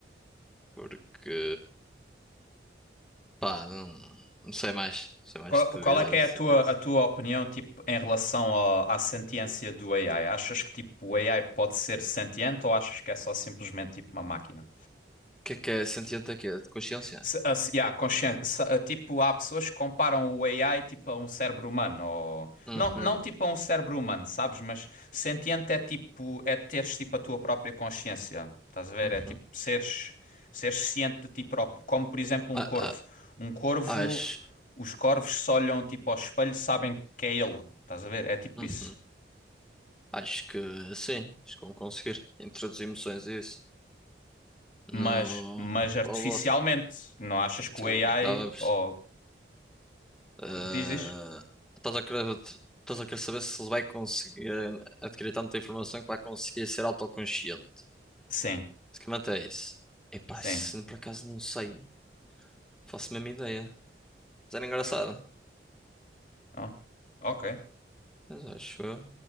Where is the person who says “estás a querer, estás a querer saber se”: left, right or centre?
Centre